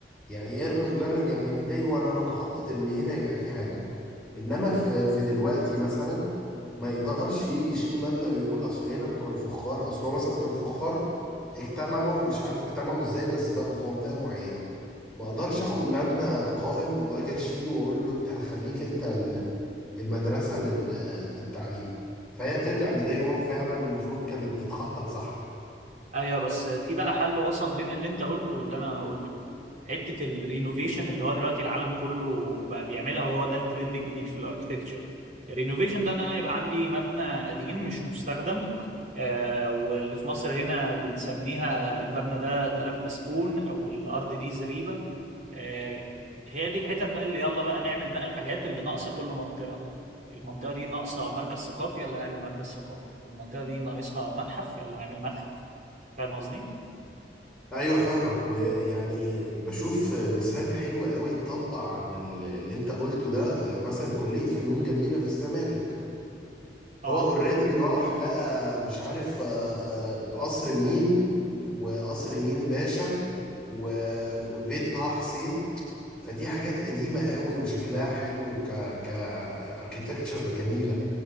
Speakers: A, in the centre; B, on the right (about 45°).
A: يعني ايه ايربن بلانر يعني من داي وان انا مخطط ان هنا يبقى في حاجه انما في في دلوقتي مثلا ما يقدرش يجي يشيل مبنى ويقول اصل هنا بتوع الفخار اصل هو مثلا بتوع الفخار اجتمعوا مش عارف اجتمعوا ازاي بس بقوا في منطقه معينه ما اقدرش اخد مبنى قائم واجي اشيله واقول له انت هخليك انت ال- المدرسه لل- للتعليم فهي ترجع لداي وان فعلا المفروض كانت تتخطط صح
B: ايوه بس في بقى حل وسط بين اللي انت قلته واللي انا قلته حته الرينوفيشن اللي هو دلوقتي العالم كله بقى بيعملها وهو ده الترند الجديد في الاركتكتشر الرينوفيشن ده ان انا يبقى عندي مبنى قديم مش مستخدم آه واللي في مصر هنا بنسميها المبنى ده اتقلب مسكون او الارض دي زريبه آه هي دي الحتت بقى اللي يلا بقى نعمل بقى الحاجات اللي ناقصه كل منطقه المنطقه دي ناقصه مركز ثقافي يلا نعمل مركز ثقافي المنطقه دي ناقصها متحف يلا نعمل متحف فاهم قصدي؟
A: ايوه فاهمك ويعني بشوف مثال حلو قوي اتطبق عن ال- اللي انت قلته ده مثلا كلية فنون جميلة في الزمالك
B: اه
A: هو اوريدي راح لقى مش عارف آه، آه، قصر مين وقصر مين باشا و- وبيت طه حسين فدي حاجات قديمة قوي وشكلها حلو ك كاركتكتشر جميلة